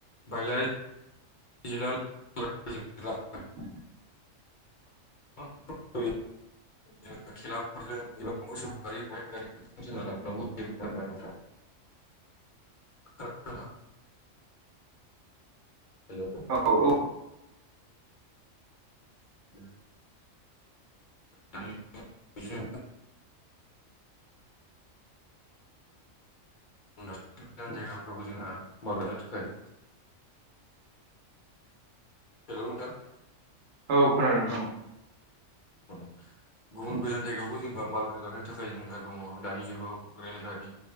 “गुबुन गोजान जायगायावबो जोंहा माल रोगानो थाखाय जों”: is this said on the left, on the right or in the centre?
Left